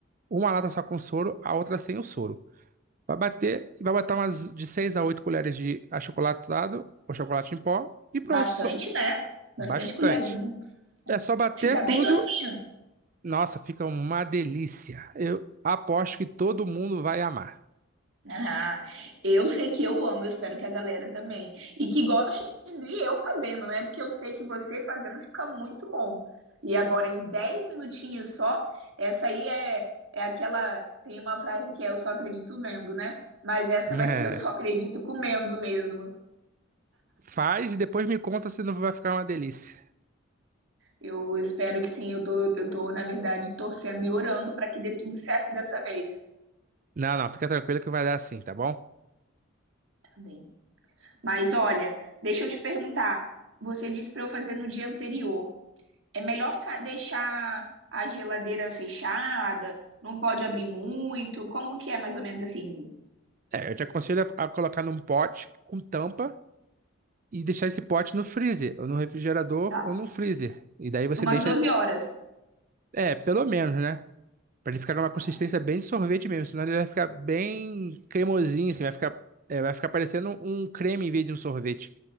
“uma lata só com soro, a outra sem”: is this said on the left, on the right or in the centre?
Right